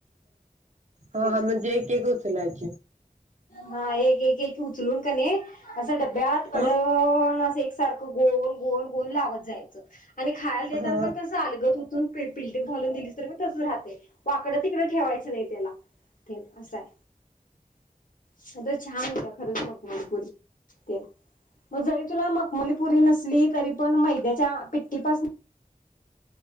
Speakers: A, on the right (about 55°); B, on the left (about 65°).
A: हा
B: हे
A: हां म्हणजे एक एक उचलायचं
B: हा एक एक एक उचलून का नाही, असं डब्यात कडन
A: ह
B: अस एक सारखं गोल गोल गोल लावत जायचं, आणि खायला देताना
A: हा
B: पण तस आलगत उच त्तुन पीप पिल्टीत घालून दिलीस तर, मी तसच राहते, वाकडं तिकड ठेवायचं नाही, त्याला तेन असंय. सगळं छान होत्या खरंच, मखमलीपुरी तेन मग जरी तुला मखमलीपुरी नसली, तरी पण मैद्याच्या पिट्टीपासून